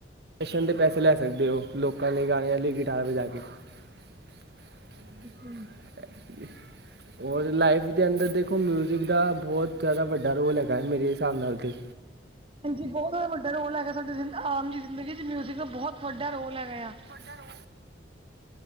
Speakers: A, on the right; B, on the right.
A: ਸਟੇਸ਼ਨ ਦੇ ਪੈਸੇ ਲੈ ਸਕਦੇ ਹੋ, ਲੋਕਾਂ ਲਈ ਗਾਣਿਆਂ ਲਈ ਗਿਟਾਰ ਵਜਾ ਕੇ, <inaudible>
B: ਹੂ-
A: <unintelligible> ਔਰ ਲਾਈਫ ਦੇ ਅੰਦਰ ਦੇਖੋ ਮਿਊਜ਼ਿਕ ਦਾ ਬਹੁਤ ਜ਼ਿਆਦਾ ਵੱਡਾ ਰੋਲ ਹੈਗਾ ਹੈ ਮੇਰੇ ਹਿਸਾਬ ਨਾਲ। ਅਤੇ
B: ਹਾਂਜੀ। ਬਹੁਤ ਜ਼ਦਾ ਵੱਡਾ ਰੋਲ ਹੈਗਾ ਸਾਡੀ ਆਮ ਜੀ ਜ਼ਿੰਦਗੀ ਚ' ਮਿਊਜ਼ਿਕ ਦਾ ਬਹੁਤ ਵੱਡਾ ਰੋਲ ਹੈਗਾ ਆ।
A: ਵੱਡਾ ਰੋਲ